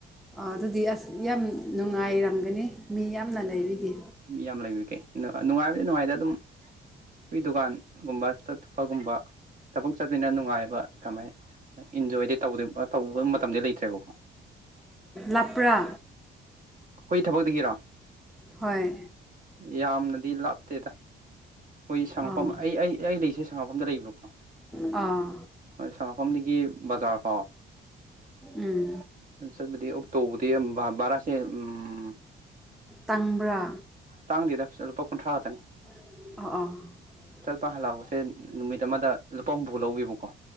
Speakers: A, in the centre; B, on the right (about 40°).
A: ꯑꯗꯨꯗꯤ ꯑꯁ ꯌꯥꯝ ꯅꯨꯡꯉꯥꯏꯔꯝꯒꯅꯤ ꯃꯤ ꯌꯥꯝꯅ ꯂꯩꯕꯤꯒꯦ
B: ꯃꯤ ꯌꯥꯝ ꯂꯩꯕꯤꯒꯦ ꯅꯨꯡꯉꯥꯏꯕꯗꯤ ꯅꯨꯡꯉꯥꯏꯗ ꯑꯗꯨꯝ ꯑꯩꯈꯣꯏ ꯗꯨꯀꯥꯟꯒꯨꯝꯕ ꯑꯨꯄꯒꯨꯝꯕ ꯊꯕꯛ ꯆꯠꯇꯄꯅ ꯅꯨꯡꯉꯥꯏꯕ ꯀꯃꯥꯏ ꯏꯟꯖꯣꯏꯗꯤ ꯇꯧ ꯇꯧꯕ ꯃꯇꯝꯗꯤ ꯂꯩꯇ꯭ꯔꯦꯕꯣ
A: ꯂꯄ꯭ꯔꯥ
B: ꯑꯩꯈꯣꯏ ꯊꯕꯛꯇꯒꯤꯔꯣ
A: ꯍ
B: ꯌꯥꯝꯅꯗꯤ ꯂꯥꯞꯇꯦꯗ ꯑꯩꯈꯣꯏ ꯁꯉꯐꯝ
A: ꯑꯥ
B: ꯑꯩ ꯑꯩ ꯑꯩ ꯂꯩꯁꯦ ꯁꯉꯐꯝꯗ ꯂꯩꯕꯀꯣ
A: ꯑꯥ
B: ꯍꯣꯏ ꯁꯉꯐꯝꯗꯒꯤ ꯕꯖꯥꯔ ꯐꯥꯎ
A: ꯎꯝ
B: ꯆꯠꯄꯗꯤ ꯑꯣꯛꯇꯣꯕꯔꯗꯤ ꯕꯥꯔꯥꯁꯦ ꯎꯝ
A: ꯇꯥꯡꯕ꯭ꯔꯥ
B: ꯇꯥꯡꯗꯤꯗ ꯂꯨꯄꯥ ꯀꯨꯟꯊ꯭ꯔꯥ ꯉꯇꯅꯤ
A: ꯑ
B: ꯆꯠꯄ ꯍꯜꯂꯛꯄꯁꯦ ꯅꯨꯃꯤꯠ ꯑꯃꯗ ꯂꯨꯄꯥ ꯍꯨꯝꯐꯨ ꯂꯧꯕꯤꯕꯀꯣ